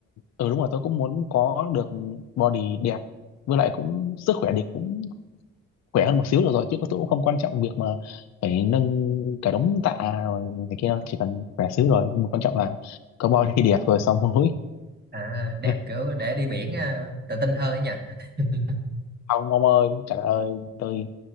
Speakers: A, on the left; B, on the right.
A: ừ đúng rồi tôi cũng muốn có được body đẹp với lại cũng sức khỏe thì cũng khỏe hơn một xíu được rồi chứ tôi cũng không quan trọng việc mà phải nâng cả đống tạ rồi này kia đâu. chỉ cần khỏe xíu rồi nhưng mà quan trọng là có body <laughs> đẹp rồi xong mũi
B: à, đẹp
A: <laughs>
B: kiểu để đi biển à, tự tin hơn ấy nhỉ. <laughs>
A: ông ông ơi trời ơi tôi